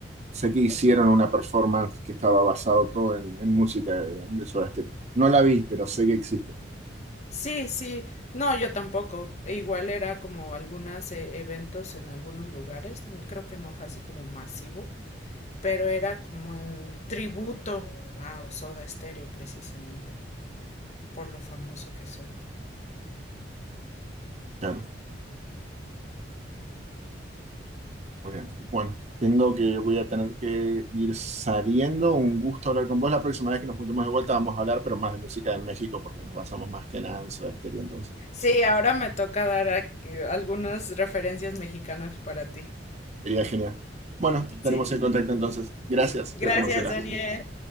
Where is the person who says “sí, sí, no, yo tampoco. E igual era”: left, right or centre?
Left